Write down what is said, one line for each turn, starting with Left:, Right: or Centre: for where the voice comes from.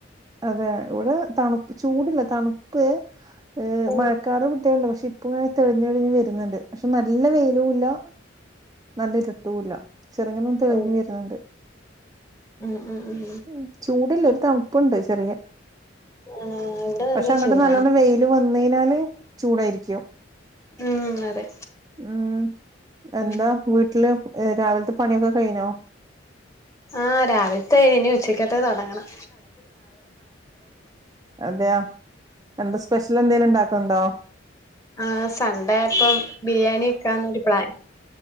Right: അതെ ഇവിടെ തണുപ്പ് ചൂടില്ല തണുപ്പ് ഏഹ്
Left: ഉം
Right: മഴക്കാറ് ഇവിട് <unintelligible> പക്ഷെ ഇപ്പ ഇങ്ങനെ തെളിഞ്ഞ് തെളിഞ്ഞ് വരുന്നുണ്ട്. പക്ഷെ നല്ല വെയിലുല്ലാ നല്ല ഇരുട്ടൂല്ല ചെറുങ്ങനെ തെളിഞ്ഞു
Left: ഓ
Right: വരുന്നുണ്ട്.
Left: ഉം ഉം ഉം
Right: മ് ചൂടില്ല ഒരു തണു പ്പുണ്ട് ചെറിയെ
Left: ആണ് ഇവിടെ നല്ല
Right: പക്ഷെ അങ്ങോട്ട്
Left: ചൂടാണ്
Right: നല്ലോണ്ണം വെയില് വന്ന് മെയിനാല് ചൂടായിരിക്കോ?
Left: ഉം അതെ
Right: ഉം എന്താ
Left: ഉം
Right: വീട്ടില്? ഏ രാവിലത്തെ പണിയൊക്കെ കയിഞ്ഞോ?
Left: ആ രാവിലത്തെഴിഞ്ഞു. ഇനി ഉച്ചയ്ക്കത്തെ തൊടങ്ങണം.
Right: അതെയൊ? എന്താ സ്പെഷ്യൽ എന്തേലും ഉണ്ടാക്കുന്നുണ്ടോ?
Left: ആ സൺഡേയായപ്പം ബിരിയാണി വക്കാന്നൊരു പ്ലാൻ.